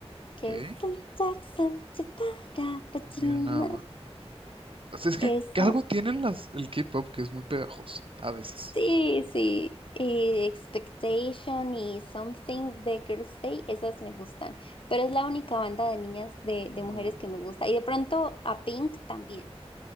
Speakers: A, on the left (about 55°); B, on the right (about 55°).
A: que
B: qué.
A: es "Little Jack, little Chipara, Pachima".
B: Mira nada más. O sea, es que
A: Esa.
B: que algo tienen las, el K-pop que es muy pegajoso, a veces.
A: Sí, sí. Y Expectation y Something de Girls' Day, esas me gustan. Pero es la única banda de niñas, de, de
B: Oh,
A: mujeres que me gusta. Y de pronto a Pink también.